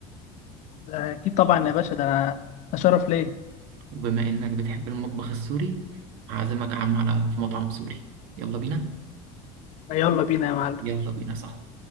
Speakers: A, on the left (about 45°); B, on the right (about 65°).
A: ده اكيد طبعا يا باشا ده انا اشرف ليه
B: وبما إنك بتحب المطبخ السوري هعزمك يا عم على في مطعم سوري يلا بينا
A: يلا بينا يا معلم
B: يلا بينا صح